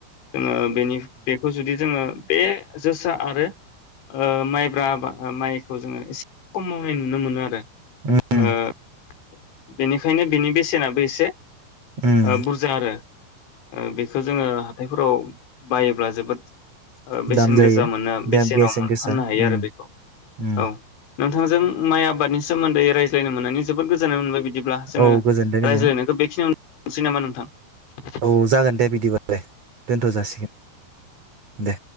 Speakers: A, on the left; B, on the right.
A: जोङो बेनि बेखौ जुदि जोङो बे जोसा आरो ओ माइब्रा आबा माइखौ जोङो एसे कम मावनाय नुनो मोनो आरो। ओ।
B: उम उम
A: बेनिखायनो बिनि बेसेनाबो एसे
B: उम
A: ओ बुरजा आरो ओ बिखो जोङो बेफोराव बायोब्ला जोबोद ओ बेसेन
B: दाम जायो
A: गोसा मोनो
B: दाम
A: बेसेनाव
B: बेसेन
A: मोन
B: गोसा
A: फाननो हायो
B: उम
A: आरो बेखौ
B: उम
A: औ। नोंथांजों माइ आबादनि सोमोन्दै रायज्लायनो मोननानै जोबोद गोजोननाय मोनबाय बि बिदिब्ला जोङो
B: औ गोजोनदों गोजोनदों
A: रायज्लायनायखौ बेखिनियाव सै नामा नोंथां?
B: औ जागोन दे बिदिबालाय दोनथ जासिगोन दे